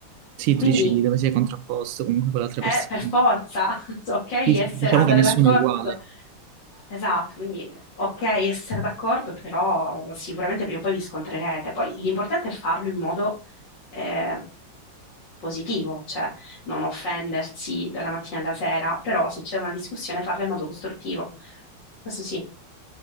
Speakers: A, on the right; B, on the left.
A: Sì,
B: Quindi
A: tu dici dove sei contrapposto comunque con l'altra
B: è
A: persona.
B: per forza, <laughs> so, ok, essere,
A: Sì, sì, diciamo
B: andare
A: che nessuno
B: d'accordo,
A: è uguale.
B: Esatto, quindi ok essere d'accordo, però sicuramente prima o poi vi scontrerete. Poi l'importante è farlo in modo eh, positivo, cioè non offendersi dalla mattina alla sera, però se c'è una discussione farla in modo costruttivo. Questo sì,